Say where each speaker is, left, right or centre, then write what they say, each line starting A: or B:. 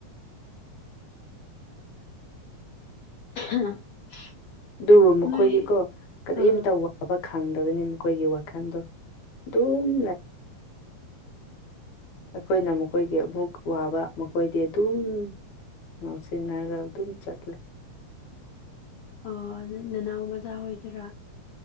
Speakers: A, on the left (about 85°); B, on the left (about 70°).
A: <unintelligible>
B: ꯑꯗꯨꯕꯨ ꯃꯈꯣꯏꯗꯤꯀꯣ
A: ꯅꯣꯏ
B: ꯀꯔꯤꯝꯇ
A: ꯑꯥ
B: ꯋꯥꯕ ꯈꯪꯗꯕꯅꯤ ꯃꯈꯣꯏꯒꯤ ꯋꯥꯈꯜꯗꯣ ꯗꯨꯝ ꯂꯩ
A: <unintelligible>
B: ꯑꯩꯈꯣꯏꯅ ꯃꯈꯣꯏꯒꯤ ꯑꯃꯨꯛ ꯋꯥꯕ ꯃꯈꯣꯏꯗꯤ ꯑꯗꯨꯝ ꯉꯧꯁꯤꯟꯅꯔꯒ ꯑꯗꯨꯝ ꯆꯠꯂꯦ
A: ꯑꯥ ꯅ‌ꯣꯏ ꯅꯅꯥꯎ ꯃꯆꯥ ꯍ‌ꯣꯏꯗꯨꯔ‌ꯥ